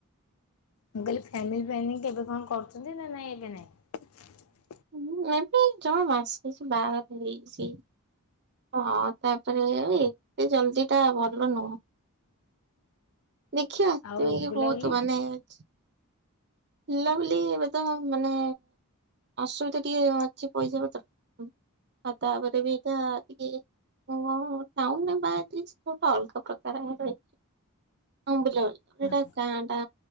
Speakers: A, on the left; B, on the right.
A: ମୁଁ କହିଲି ଫାମିଲ ପ୍ଲାନିଂ କେବେ କଣ କରୁଚନ୍ତି ନା ନାଇଁ ଏବେ ନାଇଁ।
B: ହୁଁ ଏବେ ଜମା ମାସେ ହେଇଚି ବାହାଘର ହେଇଚି। ହଁ ତାପରେ ଏତେ ଜଲଦି ଟା ଭଲ ନୁହଁ।
A: <inaudible>
B: ଦେଖିବା ଏଥିପାଇଁ
A: ଆଉ
B: କି
A: ବୁଲାବୁଲି
B: ବହୁତ ମାନେ ହେଇଚି। ଲଭଲି ଏବେ ତ ମାନେ ଅସୁବିଧା ଟିକେ ଅଛି ପଇସା ପତ୍ର ଆଉ ତାପରେ ବି ଏଇଟା ଟିକେ ଓ ହୋ ହୋ ଟାଉନ ରେ ବାଆ ହେଇଥିଲେ ସେ ଟା ଗୋଟେ ଅଲଗା ପ୍ରକାର ଆ। <unintelligible> ଆମ୍ବଲ। ଏଇଟା
A: ହଁ ହଁ
B: ଗାଁ ଟା